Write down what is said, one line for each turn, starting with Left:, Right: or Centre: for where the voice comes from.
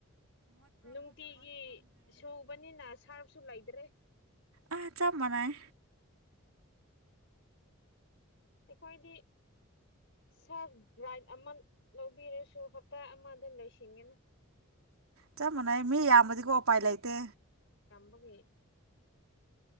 Left: ꯅꯨꯡꯇꯤꯒꯤ ꯁꯨꯕꯅꯤꯅ ꯁꯥꯔꯕꯁꯨ ꯂꯩꯇ꯭ꯔꯦ
Right: ꯑ ꯆꯞ ꯃꯅꯏ
Left: ꯑꯩꯈꯣꯏꯗꯤ ꯁꯥꯔ ꯚ꯭ꯔꯥꯏꯠ ꯑꯃ ꯂꯧꯕꯤꯔꯁꯨ ꯍꯞꯇꯥ ꯑꯃꯗ ꯂꯣꯏꯁꯤꯟꯒꯅꯤ
Right: ꯆꯞ ꯃꯥꯟꯅꯩ ꯃꯤ ꯌꯥꯝꯕꯗꯤꯀꯣ ꯎꯄꯥꯏ ꯂꯩꯇꯦ
Left: ꯑꯣꯦ